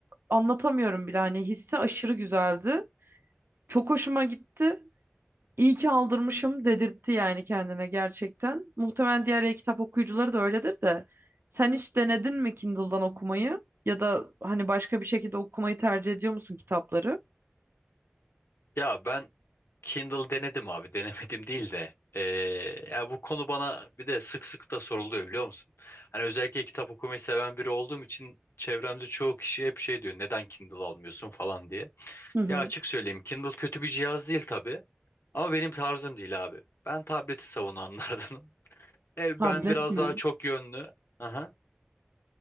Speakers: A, on the right; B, on the left.
A: anlatamıyorum bile hani hissi aşırı güzeldi. Çok hoşuma gitti. İyi ki aldırmışım dedirtti yani kendine gerçekten. Muhtemelen diğer e-kitap okuyucuları da öyledir de. Sen hiç denedin mi Kindle'dan okumayı? Ya da hani başka bir şekilde okumayı tercih ediyor musun kitapları?
B: Ya ben Kindle denedim abi. <laughs> Denemedim değil de. eee, ya bu konu bana bir de sık sık da soruluyor biliyor musun? Hani özellikle kitap okumayı seven biri olduğum için çevremde çoğu kişi hep şey diyor. Neden Kindle almıyorsun falan diye.
A: Hı hı.
B: Ya açık söyleyeyim Kindle kötü bir cihaz değil tabii. Ama benim tarzım değil abi. Ben tableti savunanlardanım. <laughs> E,
A: Tablet
B: ben biraz
A: mi?
B: daha çok yönlü. Aha.